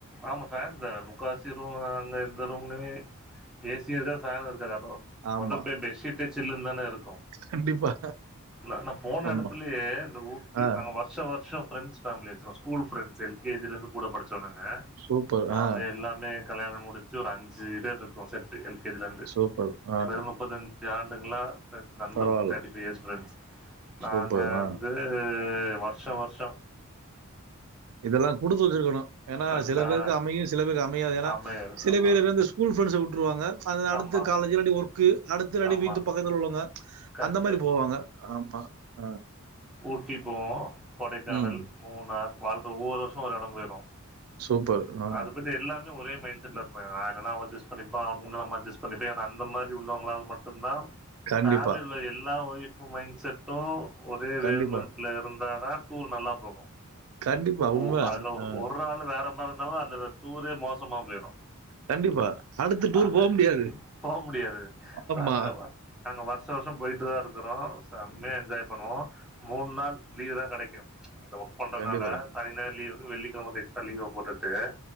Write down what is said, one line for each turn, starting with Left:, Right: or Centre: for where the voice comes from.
Centre: ஆமா ஃபேன் தேவல்ல முக்காவசி ரூம் அங்க எந்த ரூம்லுமே ஏசி எது ஃபேனு இருக்காது அப்பப்
Right: ஆமா.
Centre: ஒதப்பே பெட்ஷீட்டே சில்லுன்தான இருக்கு
Right: கண்டிப்பா.
Centre: நா நாப் போன
Right: ஆமா.
Centre: எடத்துலியே இந்த ஊட்டி
Right: ஆ
Centre: நாங்க வர்ஷ் ஷ வர்ஷ ஃப்ரெண்ட்ஸ் ஃபேமிலி வச்ருவோ ஸ்கூல் ஃப்ரெண்ட்ஸ் எல் கே ஜிலந்து கூட படிச்சவனுங்க
Right: சூப்பர்.
Centre: அவுங்க
Right: ஆ
Centre: எல்லாமே கல்யாணம் முடிச்சு ஒரு அஞ்சு பேர் இருக்கு செட் டு எல் கே ஜிலந்து
Right: சூப்பர். ஆ
Centre: கடந்த முப்பத்தஞ்சு ஆண்டுகளா ஃப்ரெண்ட்ஸ் நண்பர்கள்
Right: பரவால்ல.
Centre: தேர்ட்டி ஃபைவ் இயர்ஸ் ஃப்ரெண்ட்ஸ் நாங்க
Right: சூப்பர்.
Centre: வந்து
Right: ஆ.
Centre: வர்ஷ வர்ஷ
Right: இதலா குடுத்து வச்சிருக்கணு ஏனா
Centre: அ
Right: சில
Centre: ஆ
Right: பேருக்கு அமையு சில பேருக்கு அமையாது ஏனா
Centre: அமையர்
Right: சில
Centre: ஆமா
Right: பேருருந்துச் ஸூல் ஃப்ரெண்ட்ஸ வுட்ருவாங்க அது அடுத்து
Centre: ஆமா
Right: காலேஜ்ல அடி ஒரு க்கு அடுத்த நடி
Centre: ஆமா
Right: வீட்டு பக்கத்துல உள்ளவங்க
Centre: கரெக்ட்டு
Right: அந்த மாரி போவாங்க ஆமா ஆ
Centre: ஊட்டி போவோ கொடைக்கானல்,
Right: ம்.
Centre: மூனார் வாழ்த்த ஒவ்வொரு வர்ஷ ஒரு எட போய்டுவோ
Right: சூப்பர். ஆ.
Centre: அது பத்தி எல்லாம் னு ஒரே மைண்ட் செட்ல இருப்பே நா என்னனா அவ அட்ஜஸ் பண்ணிப்பா அவன் முன்ன நம்ம அட்ஜஸ் பண்ணிப்ப என்ன அந்த மாரி உள்ளவங்ளால் மட்டுந்தா
Right: கண்டிப்பா,
Centre: ஃபேமிலி உள்ள எல்லா ஒய்ஃபு மைண்ட் செட்டு ஒரே
Right: கண்டிப்பா,
Centre: வேவ் லென்த் ல இருந்தாதா டூர் நல்லா போகு
Right: கண்டிப்பா.
Centre: ஓ
Right: உண்ம.
Centre: அதுல
Right: ஆ.
Centre: ஒரு ஆளு வேற மாரி இருந்தாலு அந்த டூரே மோசமா போய்ரு
Right: கண்டிப்பா. அடுத்து டூர்
Centre: அ
Right: போ முடியாது.
Centre: போ முடியாது
Right: ஆமா.
Centre: அங்கவ நாங்க வர்ஷ வர்ஷ போயிட்டுதா இருக்கறோ செம்மையா என்ஜாய்ப் பண்ணுவோ மூன் நாள் லீவ்தா கெடைக்கு அந்த ஒர்க் பண்றனால
Right: கண்டிப்பா,
Centre: சனி ஞாயிறு லீவிரு வெள்ளிகெழம வந்து எக்ஸ்ட்ரா லீவ போட்டுட்டு